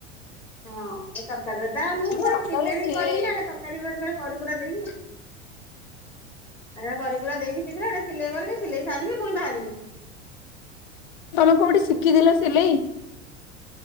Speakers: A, in the centre; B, on the left (about 40°).
A: ହଁ ଏ ତରକାରୀରେ ତ ଆଉ ମୁଁ ପୁଣି
B: ରଜରେ
A: ସିଲେଇ
B: ସି
A: କରିବି ନା, ଏ ତରକାରୀ କରିକୁରା ଦେଇକି ଆ କରିି କୁରା ଦେଇକି ସିଥିଲା ଏଟା ସିଲେଇ କରିବି ସିଲେଇ ସାରିବି ପୁଣି ବାହାରିବି।
B: ତମେ କୋଉଠି ଶିଖିଥିଲ ସିଲେଇ?